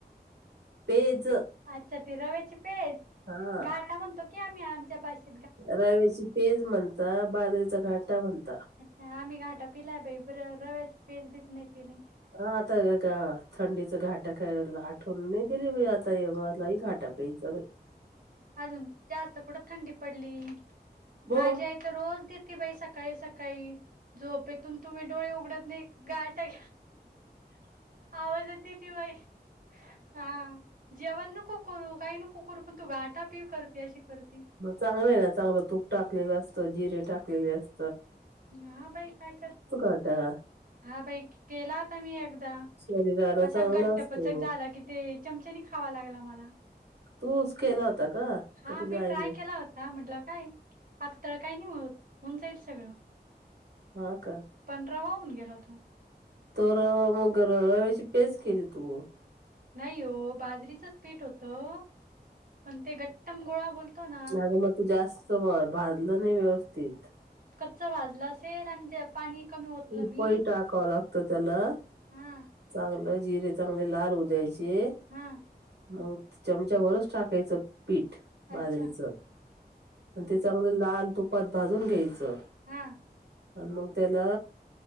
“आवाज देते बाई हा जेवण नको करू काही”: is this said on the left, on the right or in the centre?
Right